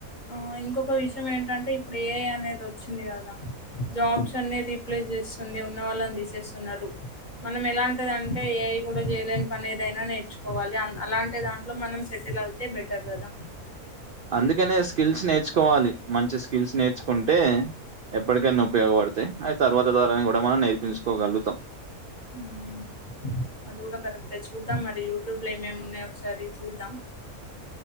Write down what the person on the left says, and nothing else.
ఆ ఇంకొక విషయం ఏంటంటే ఇప్పుడు ఏఐ అనేది వచ్చింది గదా జాబ్స్ అన్ని రీప్లేస్ చేస్తుంది ఉన్న వాళ్ళని తీసేస్తున్నరు. మనం ఎలాంటిదంటే ఏఐ కూడా చేయలేని పని ఏదైనా నేర్చుకోవాలి అన్ అలాంటి దాంట్లో మనం సెటిలవ్ తే బెటర్ కదా
మ్మ్ అది కూడా కరెక్టే చూద్దాం మరి యూట్యూబ్ లో ఏమేమున్నాయో ఒకసారి చూద్దాం